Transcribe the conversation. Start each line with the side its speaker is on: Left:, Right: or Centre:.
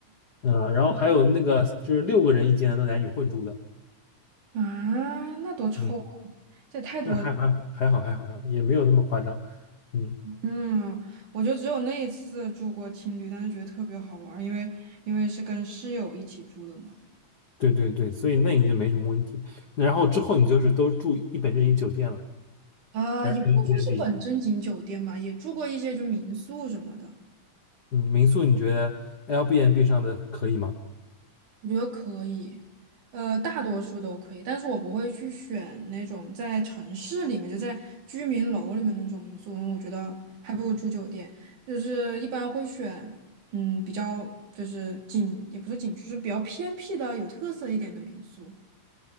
Left: 嗯，呃然后还有那个就是六个人一间的，都男女混住的。
Right: 啊，那多臭啊！
Left: 嗯。
Right: 这也太多了
Left: 那还还还好还好还好，也没有那么夸张。嗯，
Right: 嗯，我就只有那一次住过青旅，但是觉得特别好玩儿因为因为是跟室友一起住的嘛。
Left: 对对对，所以那你就没什么问题。那然后之后你就是都住一本正经酒店了，
Right: 啊，
Left: 还是
Right: 也不能说是本正经酒店吧，
Left: Airbnb？
Right: 也住过一些就民宿什么的。
Left: 嗯，民宿你觉得哎 Airbnb 上的可以吗？
Right: 我觉得可以，呃，大多数都可以，但是我不会去选那种在城市里面，就在居民楼里面那种民宿，因为我觉得还不如住酒店。就是一般会选，嗯，比较就是景，也不是景区，就是比较偏僻的、有特色一点的民宿。